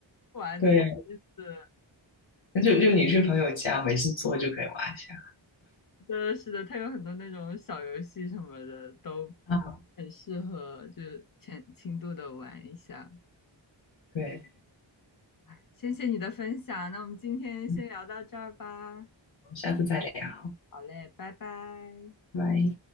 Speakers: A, on the left; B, on the left.
A: 玩的机
B: 对，
A: 子。
B: 那就就你去朋友家没事做就可以挖下
A: 真的是的，它有很多那种小游戏什么的，都
B: 啊，
A: 很适合，就是浅轻度的玩一下。
B: 对，
A: 哎，谢谢你的分享，那我们今天先聊到这儿吧。
B: 嗯我们下次再聊，
A: 好嘞，拜拜。
B: 拜。